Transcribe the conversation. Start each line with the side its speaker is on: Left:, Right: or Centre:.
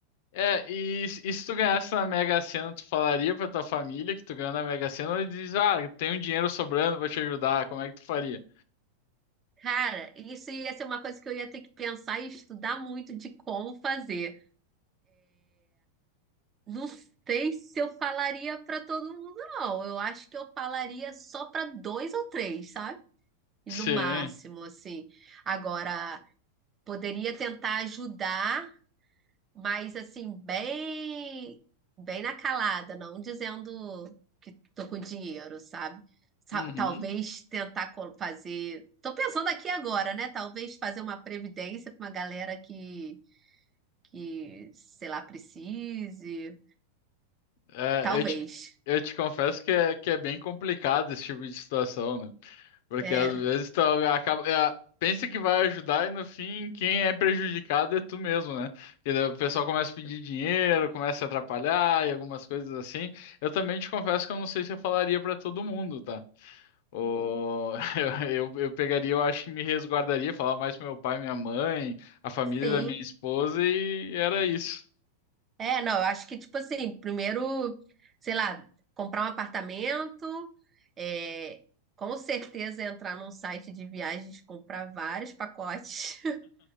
Left: É, e, se e se tu ganhasse na Mega Sena, tu falaria pra tua família que tu ganhou na Mega Sena ou diz, ah, tem um dinheiro sobrando, vou te ajudar, como é que tu faria?
Right: Cara, isso ia ser uma coisa que eu ia ter que pensar e estudar muito de como fazer. Não sei se eu falaria para todo mundo, não. Eu acho que eu falaria só para dois ou três, sabe? E
Left: Sim.
Right: No máximo, assim. Agora. Poderia tentar ajudar, mas assim, bem, bem na calada, não dizendo que tô com dinheiro, sabe? Sa-
Left: Uhum.
Right: Talvez tentar col- fazer. Tô pensando aqui agora, né? Talvez fazer uma previdência para uma galera que, que, sei lá, precise.
Left: É,
Right: Talvez.
Left: eu te, eu te confesso que é, que é bem complicado esse tipo de situação, né? Porque
Right: É.
Left: às vezes tu acaba, é, pensa que vai ajudar e no fim quem é prejudicado é tu mesmo, né? Porque daí o pessoal começa a pedir dinheiro, começa a atrapalhar e algumas coisas assim. Eu também te confesso que eu não sei se eu falaria pra todo mundo, tá? Ou <laughs> eu, eu, eu pegaria, eu acho que me resguardaria, falar mais pro meu pai, minha mãe, a família
Right: Sim.
Left: da minha esposa e era isso.
Right: É, não, eu acho que, tipo assim, primeiro, sei lá, comprar um apartamento, é, com certeza entrar num site de viagens, comprar vários pacotes,